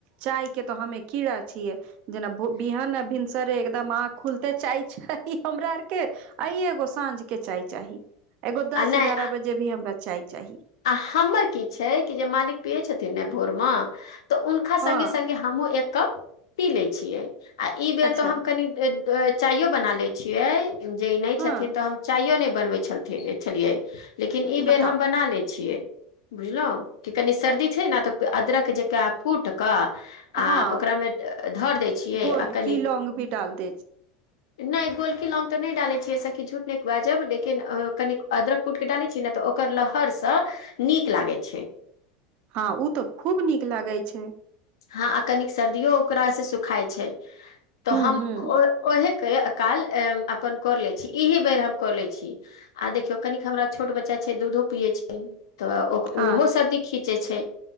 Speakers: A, on the right (about 55°); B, on the left (about 90°).
A: चाय के तऽ हमे कीड़ा छियै जेना बिहान भन् सरे एकदम आँख खुलते चाय चाही हमरा आरके आ एगो साँझ के चाय चाही एगो दस
B: आ नहि
A: एगारह बजे भी हमरा चाय चाही
B: आ हमर की छै कि जे मालिक पियै छथिन ने भोर मे तऽ हुनका
A: हँ
B: संगगे सगे हमहहुँ एक कप पी ले छियै आ ई बेर
A: अच्छा
B: तो हम कनि चाइयो बना लै छियै जे ई नहि
A: हँ
B: छथिन तऽ हम चाइयो ने बनवे छल छलिये लेकिन ई
A: बताउ
B: बेर हम बना ले छिय बुझलहु कि कनि सर्दी छै ने तऽ अदरक जक कूट कऽ आ
A: हँ
B: ओकरामे धर दै छियै
A: गोल
B: आ कनि
A: की लौंग भी डाल दे
B: नहि गोलकी लोग तऽ नहि डालैत छियैसँ कि झूठ नआाज जाब लेकिन क अदरक कूट के डालै छीै न तऽ ओकर लहरसँ नीक लागै छै
A: हँ ओ तऽ खूब नीक लागै छै
B: हँ आ कनिक सर्दियो ओकरासँ सुखाइ छै तऽ
A: हूँ
B: हम
A: हूँ
B: ओ ओहे काल अपन कऽ लै छी इही बेर हम कऽ लै छी आ देखियौ कनिक हमरा छोट बच्चा छै दूधो पिये छै तऽ ओ
A: हँ
B: ओहो सर्दी खींचे छै